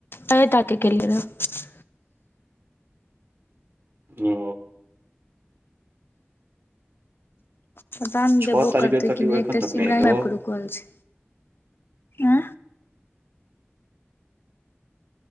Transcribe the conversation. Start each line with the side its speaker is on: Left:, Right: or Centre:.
Left: कै टा के केलियै रहे?
Right: ओ।
Left: पता नै
Right: छओ
Left: देबो
Right: तारीख
Left: करते
Right: के करलियौ
Left: की नै
Right: एखन
Left: एकटा
Right: तक
Left: सिमराही
Right: नहि एलौ
Left: में आएब के रुकल छै, ए